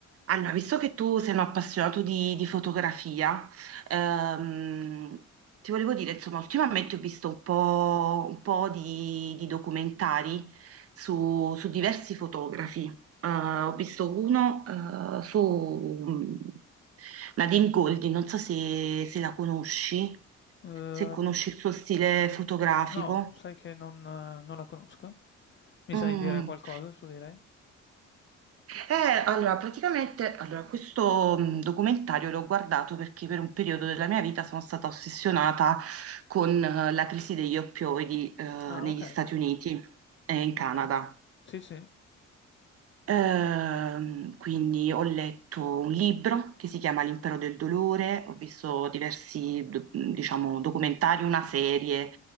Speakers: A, on the right; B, on the left.
A: Allora, visto che tu sei un appassionato di, di fotografia, ehm, ti volevo dire, insomma, ultimamente ho visto un po', un po' di, di documentari su, su diversi fotografi. Eh, ho visto uno, eh, su mm, Nadine Goldin, non so se, se la conosci,
B: Ehm,
A: se conosci il suo stile fotografico.
B: no, sai che non eh, non la conosco. Mi
A: Mm.
B: sai dire qualcosa su di lei?
A: Eh, allora, praticamente, allora, questo mh, documentario l'ho guardato perché per un periodo della mia vita sono stata ossessionata con eh, la crisi degli oppioidi eh, negli
B: Ah, okay,
A: Stati Uniti e in Canada.
B: okay. Sì, sì,
A: Ehm, quindi ho letto un libro che si chiama L'impero del dolore, ho visto diversi, do- diciamo, documentari, una serie